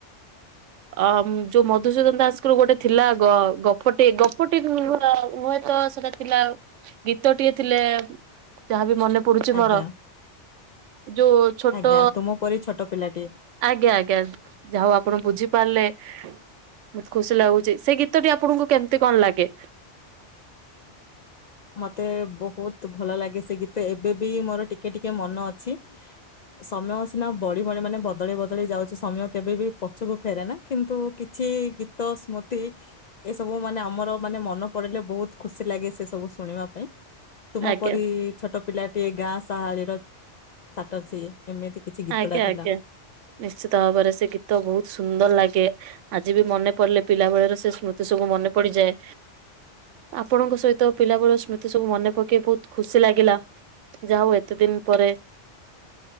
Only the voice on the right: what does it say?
ଅ ଯୋଉ ମଧୁସୂଦନ ଦାସଙ୍କର ଗୋଟେ ଥିଲା ଗ-ଗପଟେ ଗପଟେ <unintelligible> ନୁହେଁତ ଗୀତଟା ଥିଲା, ଗୀତଟିଏ ଥିଲେ, ଯାହାବି ମନେ ପଡୁଛି
ମୋର ଯୋଉ ଛୋଟ
ଆଜ୍ଞା ଆଜ୍ଞା। ଯାହା ହଉ ଆପଣ ବୁଝି ପାରିଲେ ବହୁତ ଖୁସି ଲାଗୁଛି। ସେ ଗୀତଟି ଆପଣଙ୍କୁ କେମତି କଣ ଲାଗେ?
ଆଜ୍ଞା
ଆଜ୍ଞା
ଆଜ୍ଞା। ନିଶ୍ଚିତ ଭାବରେ ସେ ଗୀତ ବହୁତ ସୁନ୍ଦର ଲାଗେ। ଆଜି ବି ମନେ ପଡିଲେ ପିଲାବେଳର ସେ ସ୍ମୃତି ସବୁ ମନେ ପଡିଯାଏ ଆପଣଙ୍କ ସହିତ ପିଲାବେଳର ସ୍ମୃତି ସବୁ ମନେ ପକେଇ ବହୁତ ଖୁସି ଲାଗିଲା। ଯାହାହଉ ଏତେ ଦିନ ପରେ